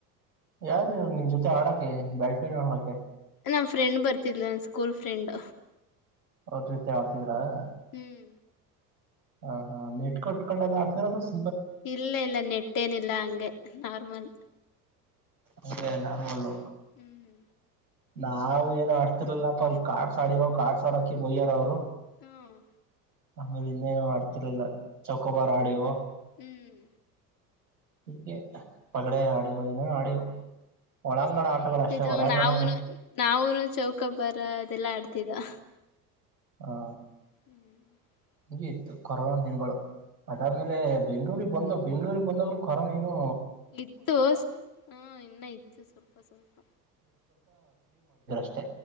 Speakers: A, on the right (about 80°); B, on the left (about 40°).
A: ಯಾರ ನಿನ್ ಜೊತೆ ಆಡಕೆ ಬ್ಯಾಟ್ ಬಿನ್ ಆಡೋಕೆ
B: ನಮ್ಮ ಫ್ರೆಂಡ್ ಬರ್ತಿದ್ಲು ನನ್ ಸ್ಕೂಲ್ ಫ್ರೆಂಡ್
A: ಅವ್ರ್ ಜೊತೆ ಆಡ್ತಿದ್ರ ದ್ರ
B: ಹ್ಮ್
A: ಹ ಹಾ ನೆಟ್ ಕಟ್ಕೊಂಡ ಎಲ್ಲ ಆಡ್ತೀರಾ ಅಥವಾ ಸ್
B: ಇಲ್ಲ ಇಲ್ಲ ನೆಟ್ಟೇನಿಲ್ಲ ಹಂಗೆ ನಾರ್ಮಲ್
A: ಅಂಗೇ ನಾರ್ಮಲು
B: ಹ್ಮ್
A: ನಾವ್ ಏನ್ ಆಡ್ತಿ <inaudible> ಕಾರ್ಡ್ಸ್ ಆಡಿಯೊ ಕಾರ್ಡ್ ತಾಡಕ್ಕಿ ಬೈಯಾರ ಅವ್ರು
B: ಹ್ಮ್
A: ಆಮೇಲೆ ಇನ್ನೇನು ಆಡ್ತಿರ್ಲಿಲ್ಲ ಚೌಕೊಬಾರ ಆಡಿವೋ
B: ಹ್ಮ್
A: ಇಂಗೆ ಪಗಡೆ ಹಾಡಿವೋ ಏನೇನೋ ಆಡಿವೋ ಒಳಾಂಗಣ
B: ಚೆನ್ನಾಗಿರ್ತಿತ್ತು
A: ಆಟಗಳು ಅಷ್ಟೇ ಹೊರಾಂಗಣ
B: ಆಮ್ ನಾವುನು ನಾವುನು ಚೌಕ ಬರ ಅದೆಲ್ಲಾ ಅಡ್ ತಿದೋ ಹ್
A: ಹಾ
B: <inaudible>
A: ಹಂಗೆ ಇತ್ತು ಕೊರೋನಾ ದಿನಗಳು ಅದಾದ್ಮೇಲೆ ಬೆಂಗ್ಳೂರಿಗೆ ಬಂದು ಬೆಂಗ್ಳೂರಿಗೆ ಬಂದಾಗ್ಲೂ ಕೊರೋನಾ ಇನ್ನು
B: ಇತ್ತು ಹಾ ಇನ್ನ ಇತ್ತು ಸ್ವಲ್ಪ ಸ್ವಲ್ಪ
A: ತ್ತೆ